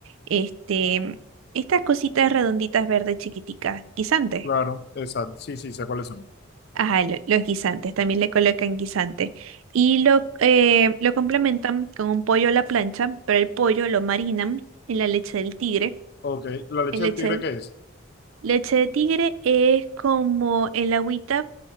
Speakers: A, on the right (about 75°); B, on the left (about 50°).
A: este, estas cositas redonditas verdes chiquiticas, guisantes.
B: claro, exacto, sí, sí, sé cuáles son.
A: Ajá, lo- los guisantes, también le colocan guisante. Y lo, eh, lo complementan con un pollo a la plancha, pero el pollo lo marinan en la leche del tigre,
B: Ok, ¿la leche
A: en leche
B: del tigre qué es?
A: Leche de tigre es como el agüita